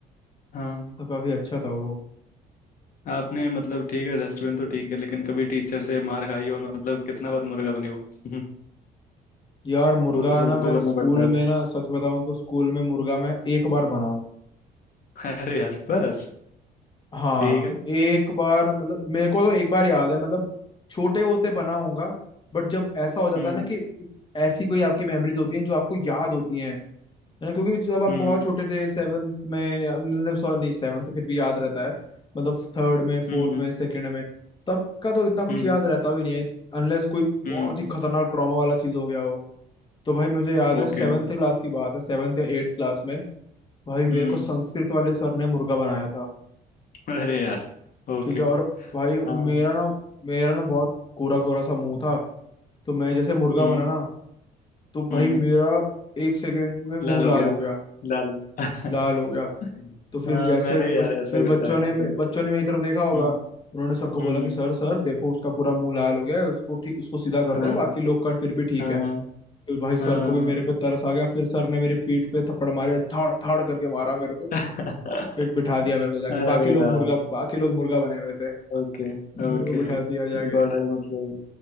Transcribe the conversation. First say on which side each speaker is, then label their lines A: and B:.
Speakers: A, on the left (about 55°); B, on the left (about 30°).
A: हाँ
B: तो काफी अच्छा था वो
A: आपने मतलब ठीक है डस्टबिन तो ठीक है लेकिन कभी टीचर से मार खाई हो मतलब कितना बार मुर्गा बने हो <laughs>
B: यार मुर्गा
A: वो तो सबको
B: ना मैं
A: बनना
B: स्कूल
A: पड़ता <laughs> हम्म,
B: में ना सच बताऊं तो स्कूल में मुर्गा मैं एक बार बनाऊं
A: अरे यार बस
B: हाँ
A: ठीक है
B: एक बार मतलब मेरे को तो एक बार याद है मतलब छोटे होते बना होगा बट जब ऐसा हो जाता
A: हम्म
B: है ना कि ऐसी कोई आपकी मेमोरीज होती हैं जो आपको याद होती हैं है ना क्योंकि जब आप
A: हम्म
B: बहुत छोटे थे सेवन्थ में या- मतलब सॉरी नहीं सेवन्थ तो फिर भी याद रहता है मतलब थर्ड में फोर्थ
A: हम्म
B: में सेकंड में तब का तो इतना कुछ
A: हम्म
B: याद रहता भी नहीं है अनलेस कोई
A: हम्म
B: बहुत ही खतरनाक ट्रॉमा वाला चीज हो गया हो तो भाई मुझे याद है
A: ओके
B: सेवन्थ क्लास की बात है सेवन्थ या एट्थ क्लास में भाई मेरे
A: हम्म
B: को संस्कृत वाले सर ने मुर्गा बनाया
A: अरे यार ओके
B: ठीक है और भाई
A: हाँ
B: मेरा ना मेरा ना बहुत गोरा गोरा सा मुंह था तो मैं जैसे मुर्गा
A: हम्म
B: बना ना तो भाई
A: हम्म
B: मेरा एक सेकंड में मुंह
A: लाल हो
B: लाल
A: गया
B: हो गया
A: लाल <laughs>
B: लाल हो गया तो फिर
A: हाँ
B: जैसे
A: मेरे यार
B: बच,
A: ऐसा
B: फिर
A: ही होता
B: बच्चों
A: है
B: ने
A: हम्म
B: मे- बच्चों ने मेरी तरफ देखा होगा
A: हम्म
B: उन्होंने सर को
A: हम्म,
B: बोला कि सर सर देखो उसका पूरा मुंह लाल हो गया है उसको ठीक उसको सीधा कर
A: हाँ
B: दो बाकी लोग का फिर भी ठीक
A: हाँ
B: है फिर भाई सर
A: हाँ
B: को भी मेरे पे तरस आ गया फिर सर ने मेरी पीठ पे थप्पड़ मारे थड़ थड़ करके मारा मेरे को
A: <laughs>
B: फिर बिठा दिया मेरे को जाके
A: अरे
B: बाकी लोग
A: यार
B: मुर्गा बाकी लोग मुर्गा बने हुए थे
A: ओके ओके
B: मेरे को बिठा दिया जाके
A: बड़ा ही मतलब